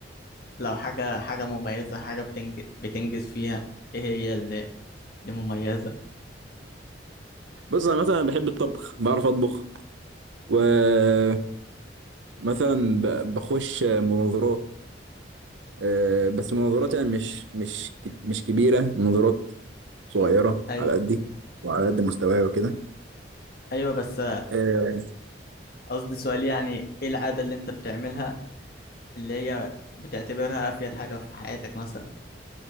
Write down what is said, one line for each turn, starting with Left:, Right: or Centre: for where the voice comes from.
Left: لو حاجة حاجة مميزة حاجة بتنج... بتنجز فيها إيه هي اللي اللي مميزة؟
Right: بص انا مثلا بحب الطبخ بعرف اطبخ ومثلا ب- بخش مناظرات آه، بس مناظرات يعني مش مش كت- مش كبيرة مناظرات صغيرة
Left: أيوة
Right: على قدي وعلى قد مستواي وكده
Left: أيوة بس
Right: آه
Left: قصدي سؤال يعني ايه العادة اللي انت بتعملها اللي هي بتعتبرها افيد حاجة في حياتك مثلا